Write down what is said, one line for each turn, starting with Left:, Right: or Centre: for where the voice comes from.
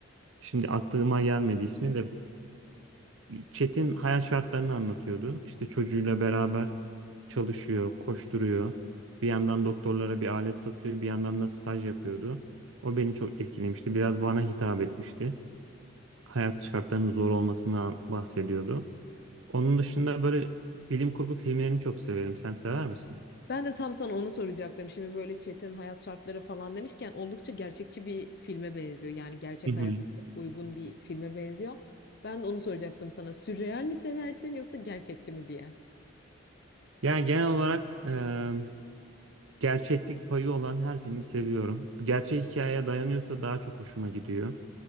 Right: şimdi aklıma gelmedi ismi de Çetin hayat şartlarını anlatıyordu. İşte çocuğuyla beraber çalışıyor, koşturuyor. Bir yandan doktorlara bir alet satıyor, bir yandan da staj yapıyordu. O beni çok etkilemişti. Biraz bana hitap etmişti. Hayat şartlarının zor olmasından bahsediyordu. Onun dışında böyle bilim kurgu filmlerini çok severim. Sen sever misin?
Left: Ben de tam sana onu soracaktım. Şimdi böyle Çetin hayat şartları falan demişken oldukça gerçekçi bir filme benziyor. Yani gerçek
Right: Hı hı.
Left: hayata çok uygun bir filme benziyor. Ben de onu soracaktım sana. Sürreal mi seversin yoksa gerçekçi mi diye.
Right: Yani genel olarak e, gerçeklik payı olan her filmi seviyorum. Gerçek hikayeye dayanıyorsa daha çok hoşuma gidiyor.